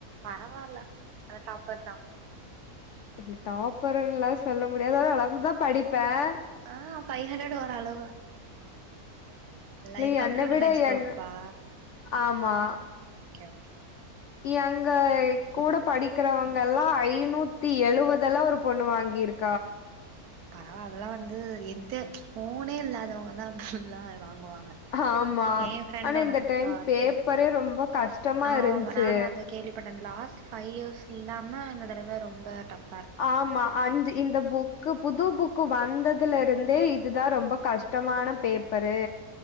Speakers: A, on the right (about 85°); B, on the left (about 65°).
A: பரவாயில்ல ஆன டாப்பர் தான்
B: இல்ல டாப்பர் எல்லாம் சொல்ல முடியது ஓரளவுக்குதான் படிப்பேன்
A: ஆ ஃபைவ் ஹண்ட்ரட் ஓரளவா இல்ல
B: நீ
A: இது
B: என்ன
A: கம்ப்யூட்டர்
B: விட
A: சயின்ஸ்
B: யங்
A: குரூப்பா
B: ஆமா
A: ஓகே ஓகே
B: எங்க கூட படிக்கிறவங்க எல்லாம் ஐநூத்தி எழுவது எல்லாம் ஒரு பொண்ணு வாங்கியிருக்
A: பரவா அதெல்லாம் வந்து எந்த போனே இல்லாதவங்க தான் அப்பெல்லாம் வாங்க முடியு வாங்க
B: ஆமா
A: ஏன் ஃப்ரண்ட்
B: ஆனா
A: ஒன்னுருக்கா
B: இந்த டைம்
A: ஆர்த்தி
B: பேப்பரே ரொம்ப கஷ்டமா
A: ஆவ்
B: இருந்துச்சு
A: நானும் அதான் கேள்விப்பட்டேன் லாஸ்ட் ஃபைவ் இயர்ஸ் இல்லாம இந் தடவை ரொம்ப டஃப்
B: ஆமா அந் இந்த புக் க்கு புது புக்கு வந்ததுல இருந்தே இதுதான் ரொம்ப கஷ்டமான பேப்பரு